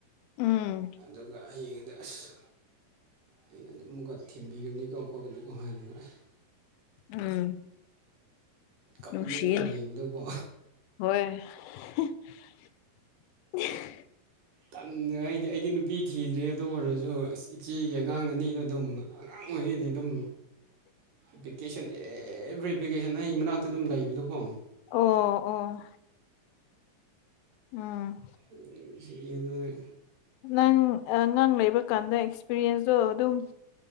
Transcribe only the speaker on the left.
ꯎꯝ
ꯎꯝ
ꯅꯨꯡꯁꯤꯌꯦ
ꯍꯣꯏ <unintelligible>
ꯑꯣ ꯑꯣ ꯎꯝ
ꯅꯪ ꯑ ꯂ ꯩꯕ ꯀꯥꯟꯗ ꯑꯦꯛꯁꯄꯤꯔꯤꯌꯦꯟꯁꯇꯣ ꯑꯗꯨꯝ